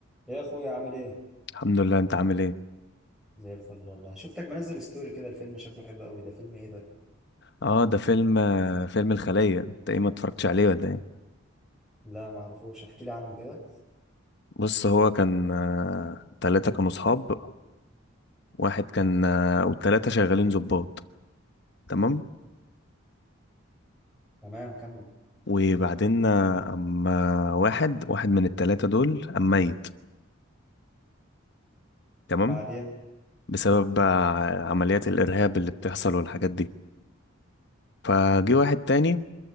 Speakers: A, in the centre; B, on the left (about 50°).
A: يا اخويا عامل ايه
B: الحمد لله انت عامل ايه
A: زي الفل والله شفتك منزل ستوري كده الفيلم شكله حلو قوي ده فيلم ايه ده
B: اه ده فيلم آه، فيلم الخلية انت ايه ما اتفرجتش عليه ولا ايه
A: لا ما اعرفوش احكي لي عنه كده
B: بص هو كان آه، تلاتة كانوا صحاب واحد كان آه، والتلاتة شغالين ضباط تمام
A: تمام كمل
B: وبعدين آه، اما واحد واحد من التلاتة دول اما ميت تمام
A: بعدين
B: بسبب آه، عمليات الارهاب اللي بتحصل والحاجات دي فجي واحد تاني